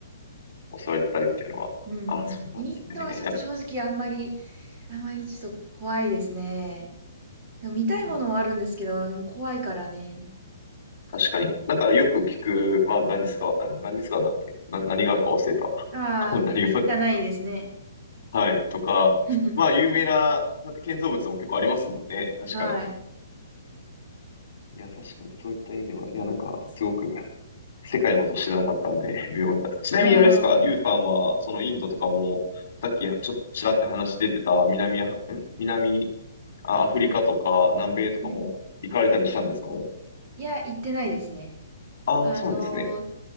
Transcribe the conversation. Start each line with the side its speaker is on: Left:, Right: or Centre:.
Left: 襲われてたりっていうのは。
Right: うんうん。
Left: ああ、そうなんですね。
Right: インドはちょっと正直あんまり、
Left: やっ
Right: あんまりちょっと怖いですね。でも見たいものはあるんですけど、
Left: ぱ
Right: でも怖いからね。
Left: 確かに。なんかよく聞く、まあ、ガンジス川、んガンジス川だっけな、何川か忘れた。
Right: ああ、
Left: <laughs> 何川、
Right: 汚いですね。
Left: はい、とか、
Right: <laughs>
Left: まあ、有名な、だって建造物も結構ありますもんね。確かに。
Right: はい。
Left: いや、確かに、そういった意味では、いや、なんか、すごく、世界のことを知らなかったんで、<laughs> 微妙だった。ちなみにあれですか、
Right: あ
Left: ユウさんは、
Right: あ、
Left: そのインドとかも、さっき、ちょっとちらって話出てた、南ア、ん南、あアフリカとか、南米とかも、
Right: うん。
Left: 行かれたりしたんですかもう。
Right: いや、行ってないですね。
Left: ああ、
Right: あのー
Left: そうなんですね。